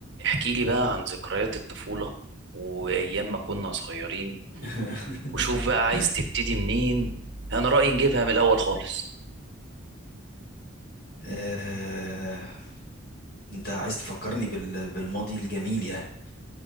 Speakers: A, on the right (about 55°); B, on the left (about 50°).
A: احكي لي بقى عن ذكريات الطفولة وأيام ما كنا صغيرين
B: <laughs>
A: وشوف بقى عايز تبتدي منين أنا رأيي نجيبها من الأول خالص
B: آه... انت عايز تفكرني بال... بالماضي الجميل يعني